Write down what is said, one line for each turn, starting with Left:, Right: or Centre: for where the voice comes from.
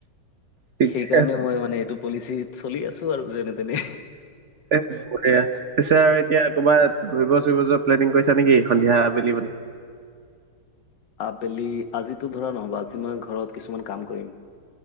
Right: ঠিকে
Left: সেইকাৰণে মই মানে এইটো পলিচিত চলি আছো আৰু যেনে তেনে।
Right: এ বঢ়িয়া পিছে আৰু এতিয়া কবাত ঘূৰিব চুৰিব প্নিং কৰিছা নেকি সন্ধিয়া আবেলি মানে?
Left: আবেলি আজিতো ধৰা নহব আজি মই ঘৰত কিছুমান কাম কৰিম।